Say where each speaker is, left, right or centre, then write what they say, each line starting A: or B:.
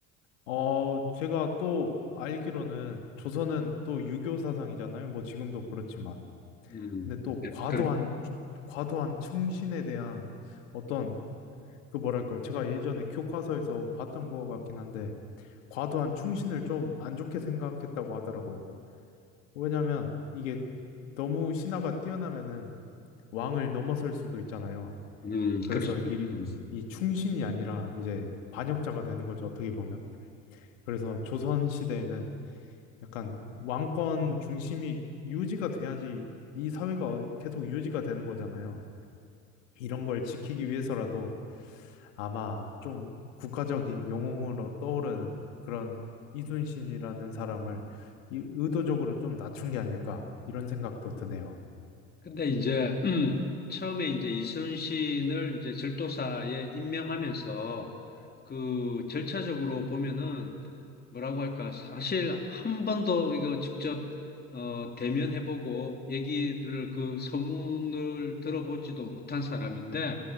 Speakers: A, on the left; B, on the left.
A: 어, 제가 또 알기로는 조선은 또 유교 사상이잖아요, 뭐 지금도 그렇지만.
B: 음,
A: 근데 또
B: 네,
A: 과도한,
B: 그렇,
A: 과도한 충신에 대한 어떤 그 뭐랄까요. 제가 예전에 교과서에서 봤던 것 같긴 한데, 과도한 충신을 좀 안 좋게 생각했다고 하더라고요. 왜냐면 이게 너무 신하가 뛰어나면은 왕을 넘어설 수도 있잖아요.
B: 음,
A: 그래서
B: 그렇죠.
A: 이,
B: 음.
A: 이 충신이 아니라 이제 반역자가 되는 거죠. 어떻게 보면. 그래서 조선 시대에는 약간 왕권 중심이 유지가 돼야지 이 사회가 계속 유지가 되는 거잖아요. 이런 걸 지키기 위해서라도 아마 좀 국가적인 영웅으로 떠오르는 그런 이순신이라는 사람을 이- 의도적으로 좀 낮춘 게 아닐까 이런 생각도 드네요.
B: 근데 이제, 음, 처음에 이제 이순신을 이제 절도사에 임명하면서 그 절차적으로 보면은 뭐라고 할까? 사실 한 번도 이거 직접 어, 대면해보고 얘기를 그 소문을 들어보지도 못한 사람인데